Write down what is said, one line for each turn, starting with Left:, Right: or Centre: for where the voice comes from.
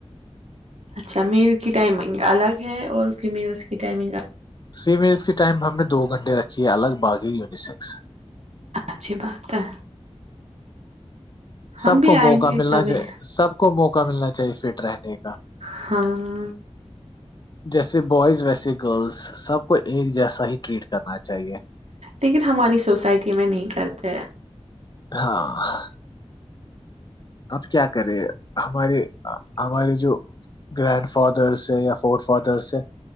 Right: اچھا میل کی ٹائمنگ الگ ہے اور فیمیلس کی ٹائمنگ
Left: فیمیلس کے ٹائم ہم نے دو گھنٹے رکھی ہے الگ باغی یونیسیکس
Right: اچھی بات ہے ہم
Left: سب
Right: بھی
Left: کو موقع
Right: آئیں گے
Left: ملنا
Right: کبھی
Left: چاہے سب کو موقع ملنا چاہیے فٹ رہنے کا
Right: ہاں
Left: <unintelligible> جیسے بوائز ویسے گرلز سب کو ایک جیسا ہی ٹریٹ کرنا چاہیے
Right: لیکن ہماری سوسائٹی میں نہیں کرتے ہیں
Left: ہاں آب کیا کرے ہمارے ہمارے جو گرینڈ فادرس ہے یا فور فادرس ہے